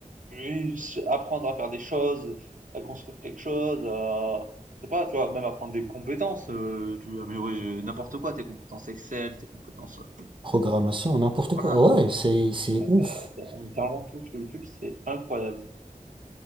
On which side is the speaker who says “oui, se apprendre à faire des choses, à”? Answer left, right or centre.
Right